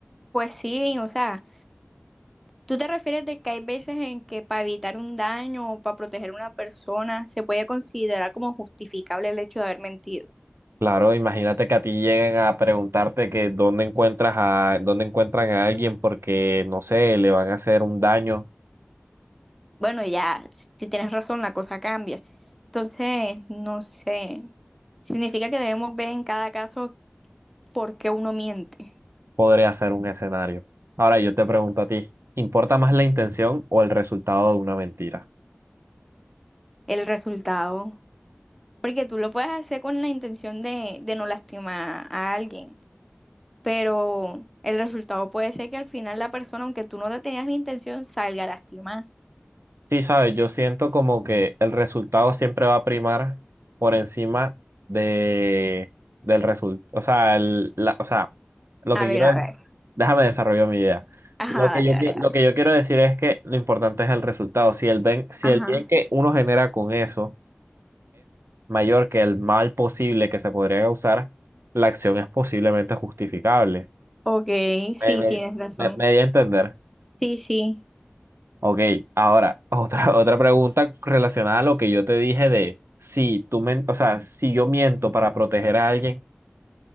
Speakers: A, in the centre; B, on the right.
A: Pues sí, o sea, tú te refieres de que hay veces en que para evitar un daño o para proteger a una persona se puede considerar como justificable el hecho de haber mentido.
B: Claro, imagínate que a ti lleguen a preguntarte que dónde encuentras a, dónde encuentran a alguien porque, no sé, le van a hacer un daño,
A: Bueno, ya, si tienes razón, la cosa cambia. Entonces, no sé. Significa que debemos ver en cada caso porque uno miente
B: podría ser un escenario. Ahora yo te pregunto a ti, ¿importa más la intención o el resultado de una mentira?
A: el resultado. Porque tú lo puedes hacer con la intención de, de no lastimar a alguien, pero el resultado puede ser que al final la persona, aunque tú no le tenías la intención, salga lastimada.
B: Sí, sabes, yo siento como que el resultado siempre va a primar por encima de, del resultado. O sea, el- la- o sea, lo
A: A
B: que
A: ver,
B: quiero
A: a
B: es,
A: ver.
B: déjame desarrollar mi idea.
A: Ajá,
B: Lo que
A: dale,
B: yo,
A: dale,
B: qui-
A: dale.
B: lo que yo quiero decir es que lo importante es el resultado. Si el ben- si
A: Ajá.
B: el bien que uno genera con eso mayor que el mal posible que se podría causar, la acción es posiblemente justificable.
A: Ok,
B: Me,
A: sí,
B: me,
A: tienes razón.
B: me, me di a entender.
A: Sí, sí.
B: Ok, ahora, <laughs> otra, otra pregunta relacionada a lo que yo te dije de si tú men- o sea, si yo miento para proteger a alguien,